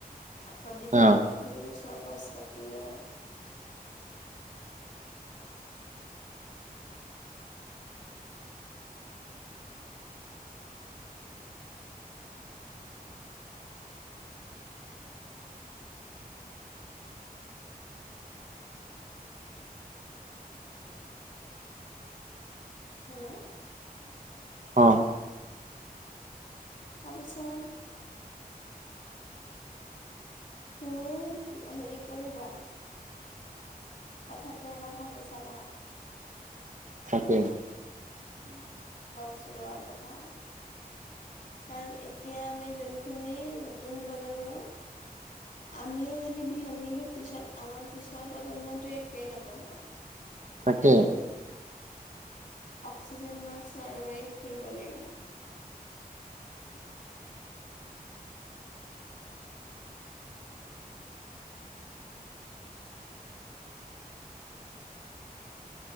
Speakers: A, on the left (about 50°); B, on the right (about 55°).
A: আকৌ দীঘলী
B: অ
A: পুখুৰীও। চ, গছ, কাটিলে। হেল্ল?
B: অ'।
A: তাৰপিছত তুমিও হেৰি কৰিবা। কথাটো এবাৰ ভাবি চাবা।
B: থাকে।
A: উ, গছোৱাৰ কথা। কাৰণ এতিয়া আমি যোনখিনি নতুন প্ৰজন্মৰ আমিয়ে যদি ধ্যান নিদিওঁ পিছত আমাৰ পিছৰ প্ৰজন্মটোৱে একেই নাপাব।
B: পাকে।
A: অক্সিজেন মাস্ক মাৰি, মাৰি ফৰিব লাগিব।